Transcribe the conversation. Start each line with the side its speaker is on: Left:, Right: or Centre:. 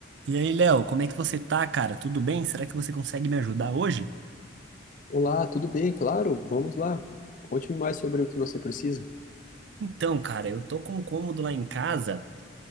Right: E aí, Léo, como é que você tá, cara? Tudo bem? Será que você consegue me ajudar hoje?
Left: Olá, tudo bem? Claro, vamos lá. Conte-me mais sobre o que você precisa.
Right: Então, cara, eu tô com um cômodo lá em casa.